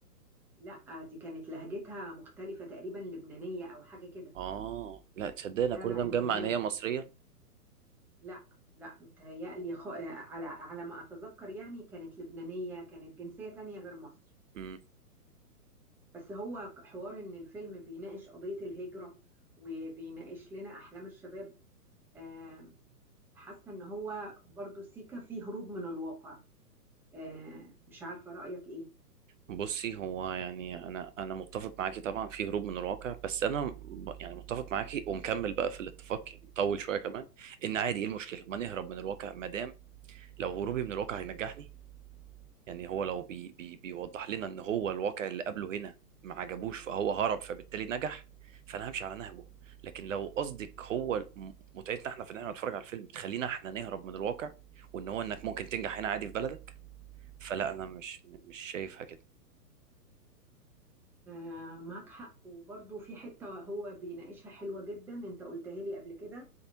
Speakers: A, in the centre; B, on the right (about 55°).
A: لا دي كانت لهجتها مختلفة تقريبا لبنانية أو حاجة كده
B: اه لا تصدقنا
A: لا
B: كل
A: لا
B: ده
A: أنت
B: مجمع
A: ناسي
B: ان هي مصريه
A: لا لا متهيألي خ... آه، على على ما أتذكر يعني كانت لبنانية كانت جنسية تانية غير مصر
B: امم
A: بس هو حوار إن الفيلم بيناقش قضية الهجرة وبيناقش لنا أحلام الشباب آه، حاسة إن هو برضو سيكا فيه هروب من الواقع آه، مش عارفة رأيك إيه
B: بصي هو يعني انا انا متفق معاكي طبعا في هروب من الواقع بس انا ب- يعني متفق معاكي ومكمل بقى في الاتفاق يعني مطول شويه كمان ان عادي ايه المشكله ما نهرب من الواقع ما دام لو هروبي من الواقع هينجحني يعني هو لو بي بي بيوضح لنا ان هو الواقع اللي قبله هنا ما عجبوش فهو هرب فبالتالي نجح فانا همشي على نهجه لكن لو قصدك هو م- متعتنا احنا في ان احنا نتفرج على الفيلم تخلينا احنا نهرب من الواقع وان هو انك ممكن تنجح هنا عادي في بلدك فلا انا مش مش شايفها كده
A: آه معاك حق وبرضه في حتة هو بيناقشها حلوة جدا انت قلتها لي قبل كده